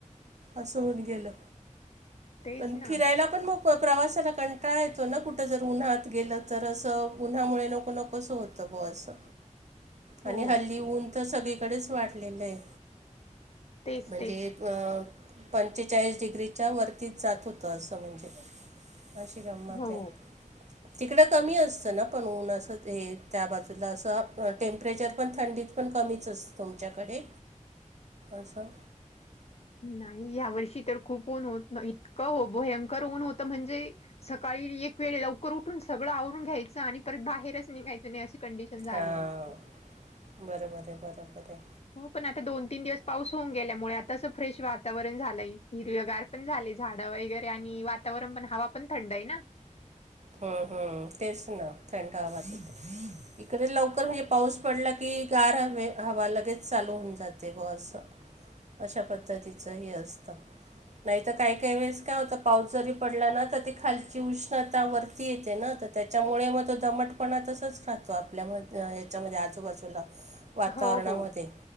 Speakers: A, on the right; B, on the left.
A: असं होऊन गेलं,
B: तेच
A: पण
B: ना
A: फिरायला पण मग प्रवासाला कंटाळा येतो ना, कुठं जर उन्हात गेलं तर असं उन्हामुळे नको नकोसं होतं. समूह असत.
B: हो
A: आणि हल्ली ऊनतर सगळीकडेच वाढलेलं आहे.
B: तेच
A: म्हणजे
B: तेच
A: एक पंचेचाळीस डिग्रीच्या वरतीच जात होतं असं म्हणजे. अशी गंमत
B: हो
A: आहे. तिकडं कमी असतंना पण ऊन असं ते, त्या बाजूला असं टेम्परेचर पण थंडीत पण कमीच असं तुमच्याकडे. असं
B: नाही या वर्षी तर खूप ऊन होतं, इतकं हो भयंकर ऊन होतं म्हणजे सकाळी एक वेळे लवकर उठून सगळं आवरून घ्यायचं आणि परत बाहेरच निघायचं नाही अशी कंडिशन झालेली
A: हां,
B: होती.
A: बरोबर हाय बरोबर हाय.
B: हो पण आता दोन तीन दिवस पाऊस होऊन गेल्यामुळे आ तस फ्रेश वातावरण झालंय. हिरवेगार पण झालेय, झाडं वगैरे आणि वातावरण पण हवा पण थंड आहे ना.
A: हम्म हम्म तेच ना ठणका भासवतो. इकडे लवकर म्हणजे पाऊस पडला की, गार हवे हवा लगेच चालू होऊन जाते ब असं. अशा पद्धतीचंही हे असतं. नाहीतर काय काय वेळेस काय होतं, पाऊस जरी पडला ना तर ती खालची उष्ण ता वरती येते ना, तर त्याच्यामुळे मग तो दमटपणा तसंच राहतो आपल्यामध ये च्यामध्ये आजूबाजूला वातावरणामध्ये,
B: हो हो